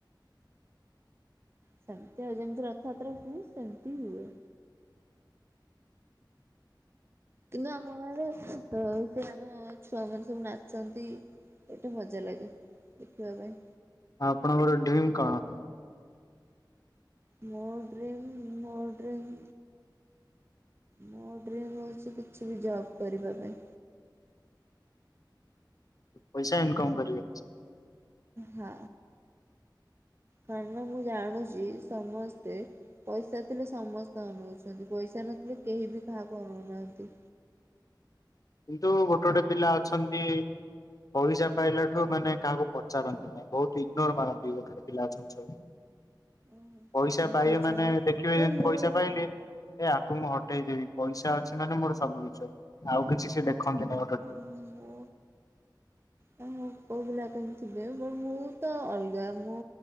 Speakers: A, on the right; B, on the left.
A: ସେମିତି ଆଉ ଯେମିତି ରଥଯାତ୍ରା ହୁଏ ସେମିତି ହୁଏ। କିନ୍ତୁ ଆମ ଗାଁରେ ଅ ସେ ଆମ ଛୁଆ ମାନ ସବୁ ନାଚନ୍ତି। ସେଇଟା ମଜା ଲାଗେ ଦେଖିବା ପାଇଁ।
B: ଆଉ ଆପଣଙ୍କର ଡ୍ରିମ୍ କଣ।
A: ମୋ ଡ଼୍ରିମ୍ ମୋ ଡ୍ରିମ୍। ମୋ ଡ୍ରିମ୍ ହଉଛି କିଛି ବି ଜବ୍ କରିବା ପାଇଁ।
B: ପଇସା ଇନକମ୍ କରିବେ।
A: ହଁ କାରଣ ମୁଁ ଜାଣୁଛି ସମସ୍ତେ। ପଇସା ଥିଲେ ସମସ୍ତେ ଅନଉଛନ୍ତି ପଇସା ନଥିଲେ କେହି ବି କାହାକୁ ଅନଉନାହାଁନ୍ତି।
B: କିନ୍ତୁ ଗୋଟେ ଗୋଟେ ପିଲା ଅଛନ୍ତି ପଇସା ପାଇଲା ଠୁ ମାନେ କାହାକୁ ପଚାରନ୍ତିନି। ବହୁତ ଇଗ୍ନୋର ମାରନ୍ତି ଗୋଟେ ପିଲା ଅଛନ୍ତି ସବୁ।
A: ଏମିତି
B: ପଇସା ପାଇ
A: ଅଛନ୍ତି
B: ମାନେ ଦେଖିବେ
A: ବଟ
B: ଯେମିତି
A: ମୁଁ
B: ପଇସା ପାଇଲେ। ଏ ଆକୁ ମୁଁ ହଟେଇ ଦେବି ପଇସା ଅଛି ମାନେ ମୋର ସବୁ କିଛି ଆଉ କିଛି ସେ ଦେଖନ୍ତି ନି।
A: ଉଁ ମୋ। ତ ମୁଁ କୋଉ ପିଲା କଣ ଥିବେ ମୁଁ ମୁ ତ ଅଲଗା ମୁଁ।